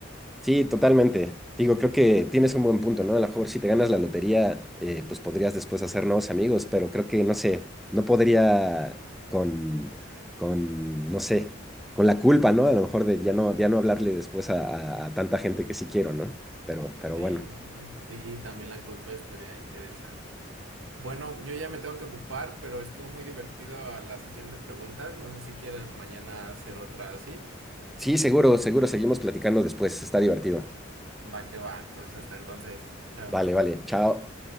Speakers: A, in the centre; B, on the right (about 75°).
A: Sí, totalmente. Digo, creo que tienes un buen punto, ¿no? A lo mejor si te ganas la lotería, eh, pues podrías después hacer nuevos amigos, pero creo que, no sé, no podría con, con, no sé, con la culpa, ¿no? A lo mejor de ya no, ya no hablarle después a, a- a tanta gente que sí quiero, ¿no? Pero, pero
B: Sí,
A: bueno.
B: sí, también la culpa estaría interesante. Bueno, yo ya me tengo que ocupar, pero estuvo muy divertido la sesión de preguntas. No sé si quieras mañana hacer otra así.
A: Sí, seguro, seguro, seguimos platicando después. Está divertido.
B: Va que va. Entonces, hasta entonces. Chao.
A: Vale, vale. Chao.